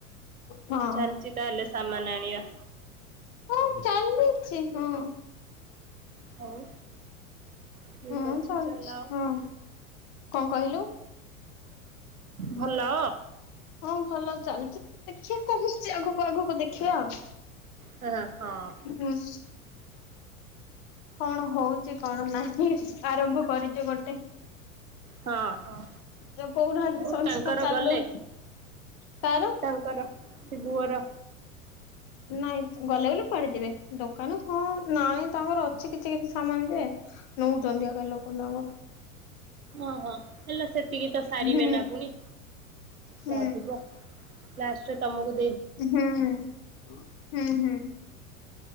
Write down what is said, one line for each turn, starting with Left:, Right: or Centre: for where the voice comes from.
Left: ହଁ
Right: ଚାଲଚି ତାଲେ ସାମା ଆଣିବା।
Left: ହଁ ଚାଲିଚି ହଁ।
Right: ହଉ। ଠିକ
Left: ହୁଁ
Right: ଅଛି
Left: ଚାଲଚି
Right: ଚଲାଅ
Left: ହୁଁ ଙ୍କ କହିଲୁ?
Right: ଭଲ।
Left: ହଁ ଭଲ ଚାଲିଚି ତ ଦେଖିବା କହୁଚି ଆଗକୁ ଆଗକୁ ଦେଖିବା ଆଉ।
Right: ହା ହଁ।
Left: ହୁଁ, କଣ ହଉଚି କଣ ନାହିଁ ଆରମ୍ଭ କରିଚୁ ଗୋଟେ।
Right: ହଁ ହଁ।
Left: ଜଉ କହୁନାହାନ୍ତି
Right: ଆଉ
Left: ସଂସ୍ଥା
Right: ତାଙ୍କର
Left: ଚାଲୁ
Right: ଗଲେ।
Left: ତାର
Right: ତାଙ୍କର ସିବୁ ଘର
Left: ନାଇଁ ଗଲେ ବୋଲି କୁଆଡେ ଯିବେ ଦୋକାନ ହଁ ନାଇଁ ତାଙ୍କର ଅଛି କିଛି କିଛି ସାମାନ ଯେ ନଉଚନ୍ତି ଆଗା ଲୋକ ତାଙ୍କଠୁ।
Right: ଓହୋ ହେଲେ ସେତିକି ତ ସାରିବେ
Left: ହୁଁ
Right: ନା ପୁଣି।
Left: ହୁଁ
Right: ଯାଆଥିବ ଲାଷ୍ଟରେ ତମୁକୁ
Left: ହୁଁ ହୁଁ ହୁଁ।